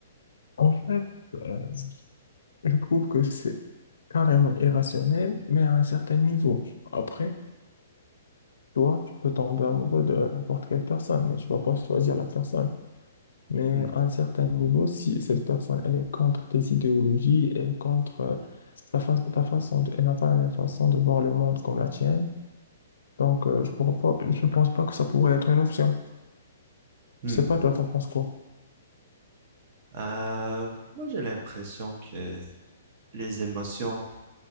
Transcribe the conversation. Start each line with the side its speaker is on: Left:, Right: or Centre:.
Left: En fait, euh, je trouve que c'est carrément irrationnel, mais à un certain niveau. Après, toi, tu peux tomber amoureux de n'importe quelle personne, mais tu vas pas choisir la personne. Mais
Right: Hmm.
Left: à un certain niveau, si cette personne, elle est contre tes idéologies et contre euh, ta fa- ta façon de- elle n'a pas la même façon de voir le monde comme la tienne, Donc, euh, je pourrais pas, je ne pense pas que ça pourrait être une option.
Right: Hmm.
Left: Je sais pas, toi, t'en penses quoi?
Right: Euh, moi, j'ai l'impression que les émotions